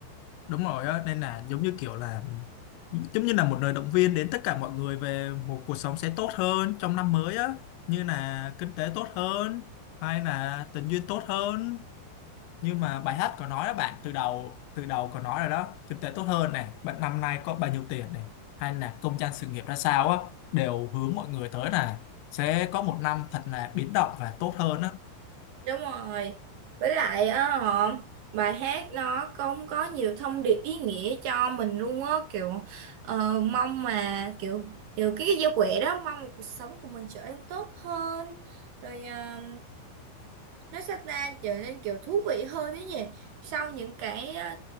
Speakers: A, on the left (about 85°); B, on the right (about 80°).
A: đúng rồi á nên là giống như kiểu là giống như là một lời động viên đến tất cả mọi người về một cuộc sống sẽ tốt hơn trong năm mới á như là kinh tế tốt hơn hay là tình duyên tốt hơn nhưng mà bài hát có nói đó bạn từ đầu từ đầu có nói rồi đó kinh tế tốt hơn này bạn năm nay có bao nhiêu tiền này hay là công danh sự nghiệp ra sao á đều hướng mọi người tới là sẽ có một năm thật là biến động và tốt hơn á
B: Đúng rồi. Với lại á họ bài hát nó cũng có nhiều thông điệp ý nghĩa cho mình luôn á kiểu ờ, mong mà kiểu kiểu cái giao quẹ đó mong cuộc sống của mình trở nên tốt hơn rồi ờ, nó sẽ ta trở nên kiểu thú vị hơn đấy nhỉ sau những cái ờ,